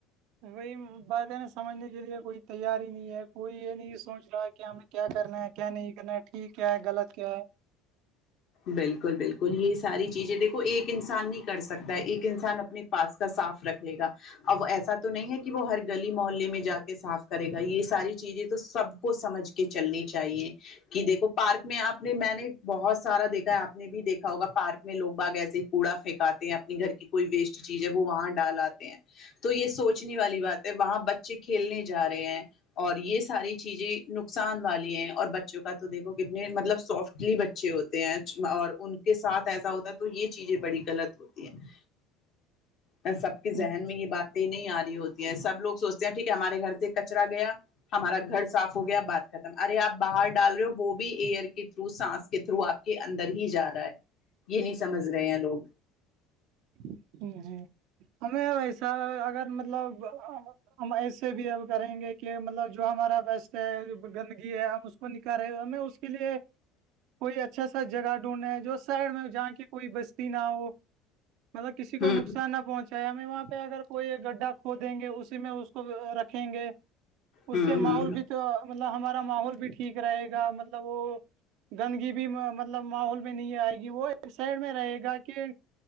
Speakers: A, on the right; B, on the left.
A: وہی بات ہے نا سمجھنے کے لیے کوئی تیاری ہی نہیں ہے کوئی یہ نہیں سوچ رہا کہ ہمیں کیا کر کرنا ہے کیا نہیں کرنا ٹھیک کیا ہے غلط کیا ہے
B: بالکل بالکل یہی ساری چیزیں دیکھو ایک انسان نہیں کر سکتا ایک انسان اپنے پاس کا صاف رکھ لے گا اب ایسا تو نہیں ہے کہ وہ ہر گلی محلے میں جا کے صاف کرے گا یہ ساری چیزیں تو سب کو سمجھ کے کہ چلنی چاہیے کہ دیکھو پارک میں آپ نے میں نے بہت سارا دیکھا ہے آپ نے بھی دیکھا ہوگا پارک میں لو گ باگ ایسے ہی کوڑا پھینکاتے ہیں اپنی گھر کی کوئی ویسٹ چیز ہے وہ وہاں ڈال آتے ہیں تو یہ سوچنے والی بات ہے وہاں بچے کھیلنے جا رہے ہیں اور یہ ساری چیزیں نقصان والی ہیں اور بچوں کا تو دیکھو کتنے مطلب سو فٹلی بچ بچے ہوتے ہیں اور ان کے ساتھ ایسا ہوتا ہے تو یہ چیزیں بڑی غلط ہوتی ہیں ا سب
A: ہے
B: کے ذہن میں یہ بات یں نہیں آ رہی ہوتی ہیں سب لوگ سوچتے ہیں ٹھیک ہے ہمارے گھر سے کچرا گیا ہمارا گھر صاف ہو گیا بات ختم ارے آپ باہر ڈال رہے ہو وہ بھی ایئر کے تھرو سانس کے تھرو آپ کے اندر ہی جا رہا ہے یہ نہیں سمجھ رہے ہیں لوگ
A: ہ ہ ہمیں ویسا اگر مطلب ہم ایسے بھی اب کریں گے کہ مطلب جو ہمارا وست ہے گندگی ہے ہم اس کو نکالے ہمیں اس کے لیے کوئی اچھا سا جگہ ڈھونڈیں جو شہر میں جہاں کی کوئی بستی نہ ہو مطلب کسی کو
B: ہوں
A: نقصان نہ پہنچا ہمیں وہاں پہ اگر کوئی گڈھا کھو دیں گے اسی میں اب رکھیں گے اس
B: ہوں
A: سے ماحول
B: ہوں
A: بھی تو مطلب ہمارا ماحول بھی ٹھیک رہے گا مطلب وہ گندگی بھی مطلب ماحول میں نہیں آئے گی وہ ایک سائڈ میں رہے گا کہ